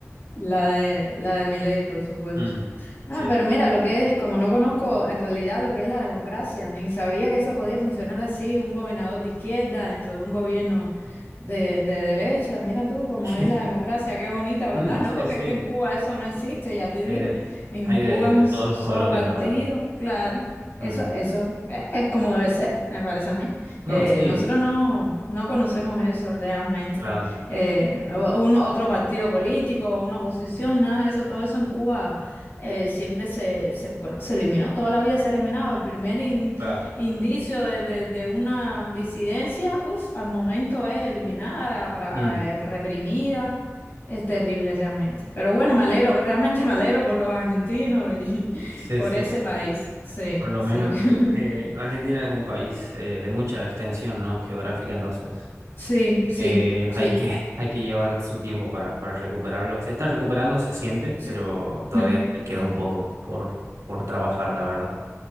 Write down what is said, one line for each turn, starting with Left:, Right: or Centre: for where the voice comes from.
Left: La de, la de Milei, por supuesto.
Right: Mm,
Left: Ah,
Right: Sí.
Left: pero mira, lo que es, como no conozco en realidad lo que es la democracia, ni sabía que eso podía funcionar así, un gobernador de izquierda dentro de un gobierno de, de derecha. Mira tú cómo
Right: <laughs>
Left: es la democracia, qué bonita, ¿verdad?
Right: Mm,
Left: No,
Right: sí,
Left: porque
Right: sí.
Left: es que en Cuba eso no existe, ya te digo.
Right: Hay de,
Left: En
Right: hay
Left: Cuba
Right: de,
Left: es
Right: de
Left: un s-
Right: todos los
Left: solo
Right: colores,
Left: partido,
Right: la verdad.
Left: claro. Eso,
Right: Mm.
Left: eso eh, es como debe ser, me parece a mí.
Right: No,
Left: Eh,
Right: sí,
Left: nosotros no, no conocemos eso realmente
Right: claro,
Left: eh, un, otro partido político, una posición, nada de eso, todo eso en Cuba eh, siempre se, se- bueno, se eliminó, toda la vida se eliminaba. El primer in-
Right: claro.
Left: indicio de, de- de una disidencia, uf, al momento es eliminada, pra-
Right: Mm.
Left: eh, reprimida. Es terrible realmente. Pero bueno, me alegro, realmente me alegro por los argentinos y <laughs>
Right: Sí,
Left: por
Right: sí,
Left: ese
Right: sí.
Left: país. Sí,
Right: Por lo
Left: sí.
Right: menos
Left: <laughs>
Right: eh, Argentina es un país eh, de mucha extensión, ¿no? Geográfica, entonces
Left: Sí, sí,
Right: eh,
Left: sí.
Right: hay que, <laughs> hay que llevar su tiempo para, para recuperarlo. Se está recuperando, se siente,
Left: sí.
Right: pero todavía
Left: <laughs>
Right: le queda un poco por, por trabajar, la verdad.